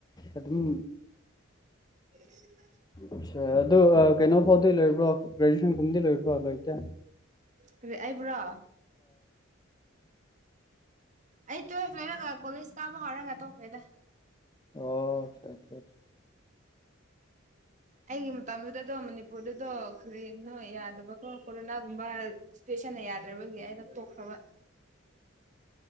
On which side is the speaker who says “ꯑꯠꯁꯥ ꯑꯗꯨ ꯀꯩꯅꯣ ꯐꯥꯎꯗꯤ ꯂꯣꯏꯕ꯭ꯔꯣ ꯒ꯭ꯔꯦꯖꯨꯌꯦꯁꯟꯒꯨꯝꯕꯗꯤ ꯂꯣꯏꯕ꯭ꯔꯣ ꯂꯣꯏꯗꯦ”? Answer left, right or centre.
Left